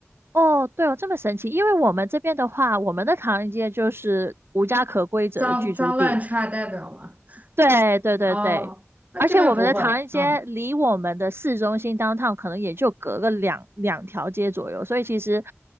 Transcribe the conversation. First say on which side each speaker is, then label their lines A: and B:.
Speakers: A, on the right; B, on the right.
A: 哦，对哦，这么神奇！因为我们这边的话，我们的唐人街就是无家可归者的居住地。
B: 脏脏乱差代表嘛。
A: 对对对对，
B: 哦，那这边不会，
A: 而且我们的唐人街离我们的市中心
B: 嗯。
A: downtown 可能也就隔个两两条街左右，所以其实